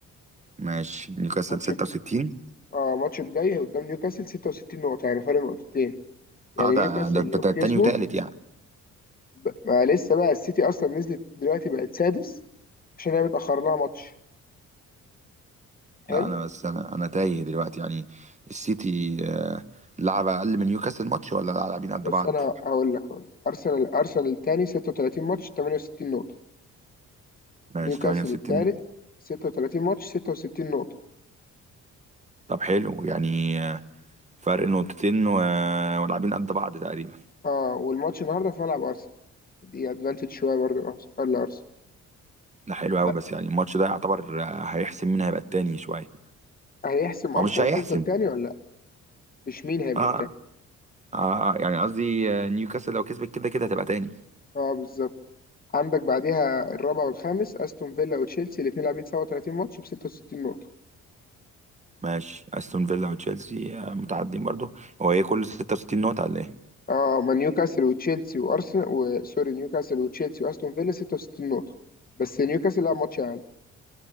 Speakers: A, on the right (about 25°); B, on the left (about 30°).
A: ماشي نيوكاسل
B: ماتش
A: 66
B: اه ماتش الجاي قدام نيوكاسل 66 نقطه يعني فرق نقطتين يعني
A: اه ده
B: نيوكاسل
A: ده ده-
B: لو
A: ده
B: كسبه
A: تاني وتالت يعني
B: ب- ما لسه بقى السيتي اصلا نزلت دلوقتي بقت سادس عشان هي متاخر لها ماتش حلو
A: لا انا بس انا انا تايه دلوقتي يعني السيتي آه، لعب اقل من نيوكاسل ماتش ولا لاعبين قد
B: بص
A: بعض؟
B: انا هقول لك هقول لك ارسنال ارسنال الثاني 36 ماتش 68 نقطة
A: ماشي
B: نيوكاسل
A: 68
B: الثالث 36 ماتش 66 نقطة
A: طب حلو يعني آه، فرق نقطتين و- ولاعبين قد بعض تقريبا
B: اه والماتش النهارده في ملعب ارسنال دي ادفانتج شوية برضه لأرس- لارسنال
A: ده حلو قوي
B: لا
A: بس يعني الماتش ده يعتبر آه، هيحسم مين هيبقى التاني شوية
B: هيحسم ارسنال
A: هو مش هيحسم
B: هتفضل تاني ولا لا مش مين هيبقى
A: اه
B: التاني
A: اه آه، يعني قصدي آه، نيوكاسل لو كسبت كده كده هتبقى تاني
B: اه بالظبط عندك بعديها الرابع والخامس استون فيلا وتشيلسي الاثنين لاعبين 37 ماتش ب 66 نقطة
A: ماشي استون فيلا وتشيلسي آه، متعدين برضو هو ايه كل
B: مم.
A: 66 نقطة ولا ايه
B: اه ما نيوكاسل وتشيلسي وارسنال وسوري نيوكاسل وتشيلسي واستون فيلا 66 نقطة بس نيوكاسل لعب ماتش اقل